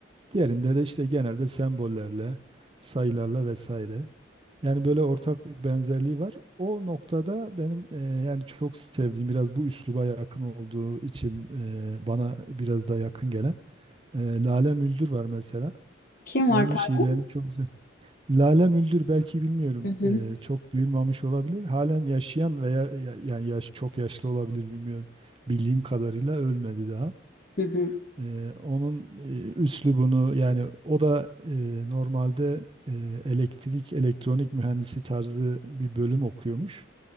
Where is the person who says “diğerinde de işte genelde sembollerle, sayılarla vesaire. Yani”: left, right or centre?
Right